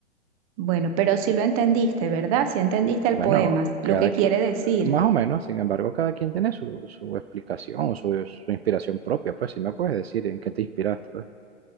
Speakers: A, on the right; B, on the right.
A: Bueno, pero sí lo entendiste, ¿verdad? Sí entendiste
B: Bueno,
A: el poema,
B: cada
A: lo que
B: quien,
A: quiere decir.
B: más o menos, sin embargo, cada quien tiene su, su explicación, su, su inspiración propia, pues si me puedes decir en qué te inspiraste, pues.